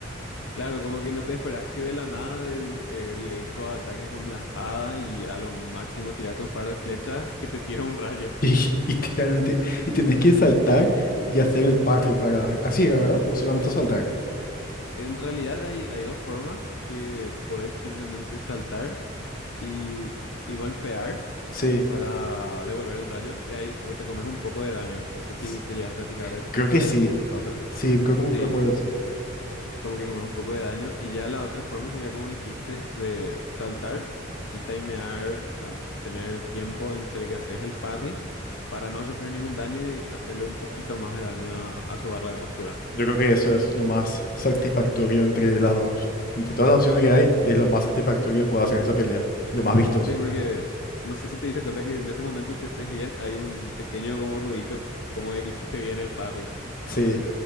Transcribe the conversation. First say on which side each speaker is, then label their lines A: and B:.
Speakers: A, on the left (about 70°); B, on the left (about 45°).
A: Claro, como que no te esperas que de la nada, de, eh, directo a ataques con la espada y a lo máximo tirarte un par de flechas que te tira un rayo. <laughs>
B: Y <laughs> literalmente, y tenés que saltar y hacer el parry para... Así era, ¿verdad? O solamente saltar.
A: En realidad hay, hay dos formas que puedes simplemente saltar y, y golpear
B: Sí,
A: para devolver el rayo, y ahí, pero te comes un poco de daño. No sé
B: s-
A: si te llegaste a fijar de
B: creo que
A: por
B: sí.
A: ahí que eso pasa.
B: Sí, creo como
A: Sí,
B: que recuerdo eso.
A: como que comes un poco de daño. Y ya la otra forma sería como dijiste, de saltar y timear, o sea, tener tiempo entre que haces el parry para no sufrir ningún daño y de hacerle un poquito más de daño a, a su barra de postura.
B: Yo creo que eso es lo más satisfactorio entre las dos. Entre todas las opciones que hay, es lo más satisfactorio que puedo hacer en esa pelea. y Lo más vistoso.
A: Sí, porque no sé si te diste cuenta que en ese momento si haces bien hay un pequeño como ruidito como de que hiciste bien el parry.
B: Sí,